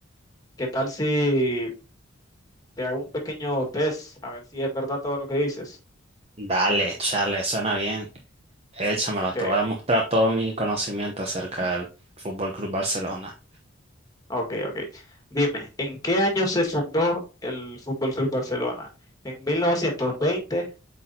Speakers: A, on the left (about 15°); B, on the right (about 30°).
A: qué tal si te hago un pequeño test a ver si es verdad todo lo que dices?
B: Dale, chale, suena bien. Échamelo,
A: Ok,
B: te voy a mostrar todo mi conocimiento acerca del Fútbol Club Barcelona.
A: ok, ok. Dime, ¿en qué año se fundó el Fútbol Club Barcelona? ¿En 1920